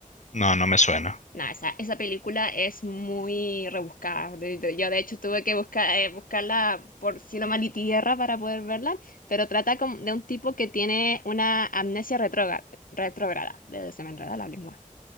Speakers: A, on the left; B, on the left.
A: No, no me suena.
B: No, esa, esa película es muy rebuscada. de- de- yo de hecho tuve que buscar, eh, buscarla por cielo, mar y tierra para poder verla, pero trata com- de un tipo que tiene una amnesia retrógra- retrógrada. de- Se me enreda la lengua.